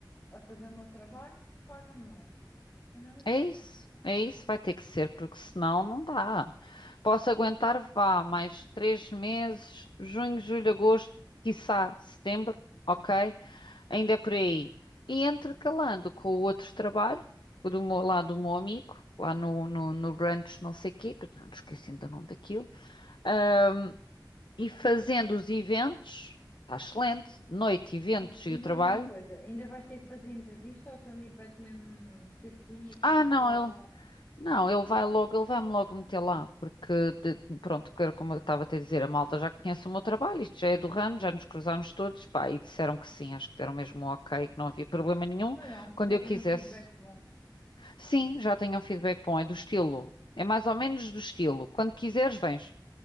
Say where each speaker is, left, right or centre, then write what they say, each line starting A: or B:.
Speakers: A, on the left (about 20°); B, on the left (about 80°).
A: a fazer o meu trabalho? Paga-me mais. É mesmo assim.
B: é isso, é isso, vai ter que ser, porque senão não dá. Posso aguentar, vá, mais três meses, junho, julho, agosto, quiçá setembro, ok? ainda é por aí. E intercalando com o outro trabalho, o do meu, lá do meu amigo, lá no, no, no brunch não sei quê, que eu não me esqueci ainda o nome daquilo, ah, e fazendo os eventos, está excelente, noite,
A: Não?
B: eventos
A: Mas
B: e o trabalho.
A: diz-me uma coisa, ainda vais ter que fazer entrevista ou o teu amigo vai-te mesmo ter cunha e tu
B: Ah,
A: entras
B: não,
A: logo?
B: ele, não, ele vai logo, ele vai-me logo meter lá, porque, de- pronto, que era como eu estava a te dizer, a malta já conhece o meu trabalho, isto já é do ramo, já nos cruzámos todos, pá, e disseram que sim, acho que deram mesmo um ok, que não havia problema nenhum,
A: Mas não,
B: quando
A: já
B: eu
A: tens
B: quisesse.
A: um feedback bom.
B: Sim, já tenho um feedback bom, é do estilo. É mais ou menos do estilo. Quando quiseres, vens.